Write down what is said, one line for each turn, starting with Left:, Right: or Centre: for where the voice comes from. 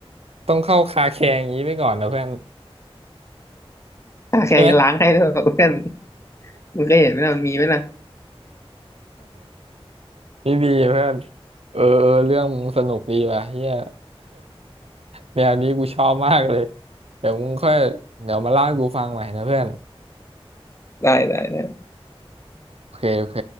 Right: ต้องเข้าคาแคร์อย่างนี้ไปก่อนนะเพื่อน
Left: ถ้าแค่จะล้างให้ด้วยเพื่อน
Right: ใช่ไหม
Left: มึงก็เห็นไหมนะมันมีไหมนะ
Right: นี่ดีเพื่อนเออเออเรื่องมึงสนุกดีว่ะเฮีย <laughs> แนวนี้กูชอบมากเลยเดี๋ยวมึงค่อยเดี๋ยวมาเล่าให้กูฟังใหม่นะเพื่อน
Left: ได้ได้ได้
Right: โอเคโอเค